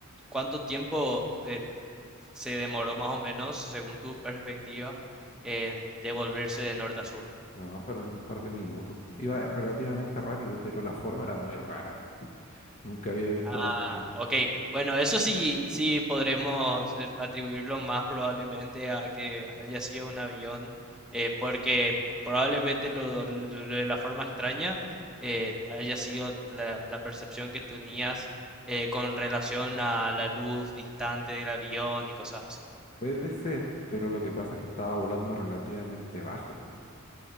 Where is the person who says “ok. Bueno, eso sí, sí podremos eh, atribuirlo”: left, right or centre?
Centre